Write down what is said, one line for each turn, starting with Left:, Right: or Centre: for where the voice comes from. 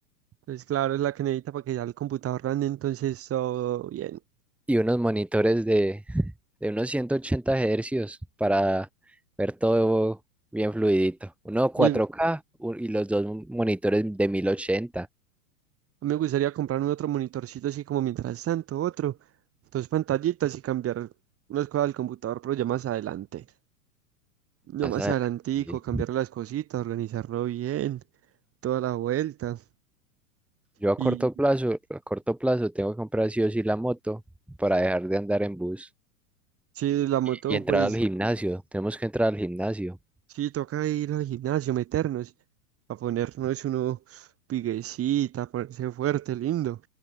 Right: pues claro, es la que necesita para que ya el computador ande, entonces todo bien.
Centre: Y unos monitores de, de unos 180 hercios para ver todo bien fluidito. Uno 4K
Right: Y
Centre: u- y los dos monitores de 1080.
Right: me gustaría comprarme otro monitorcito así como mientras tanto, otro, dos pantallitas y cambiar unas cosas del computador, pero ya más adelante. Ya
Centre: Más
Right: más
Centre: adelante.
Right: adelantico,
Centre: sí.
Right: cambiar las cositas, organizarlo bien, toda la vuelta.
Centre: Yo a
Right: Y
Centre: corto plazo, a corto plazo tengo que comprar sí o sí la moto para dejar de andar en bus
Right: si la moto,
Centre: y entrar
Right: pues
Centre: al gimnasio. Tenemos que entrar al gimnasio.
Right: Sí, toca ir al gimnasio, meternos, a ponernos uno piguecita, a ponerse fuerte, lindo